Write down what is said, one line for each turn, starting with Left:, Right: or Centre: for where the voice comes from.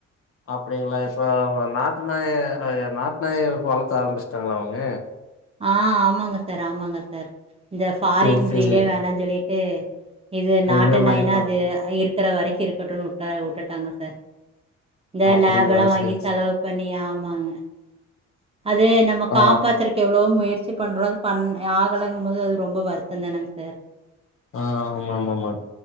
Left: அப்டிங்களா சோ நாட் டு நாய ஆ நாட்டு நாய வளத்த ஆரம்பிச்சிட்டாங்ளா அவங்க
Right: ஆ ஆமாங்க சார் <unintelligible> இந்த ஃபாரின்
Left: சேரி சேரி
Right: ப்ரீடே வேணான் சொல்லிட் டு இது நாட்டு
Left: இந்த மாரி
Right: நாய்னா
Left: ப
Right: அது அ இரு க்குற வரைக்கு இருக்கட்டுன்னு உட்டா உட்டுட்டாங்க சார் இந்த
Left: அப்டிங்களா
Right: லேபெல்லா வாங்கி
Left: சேரி
Right: செலவு
Left: சே
Right: பண்ணி ஆமாங்க அது நம்ம
Left: ஆ
Right: காப்பாத்துறக் எவ்ளவோ முயற்சி பண்றோ அது பண் ஆகலங்கம் போது அது ரொம்ப வருத்தொ தானாங்க சார்
Left: ஆ ஆமா ஆமா ஆமா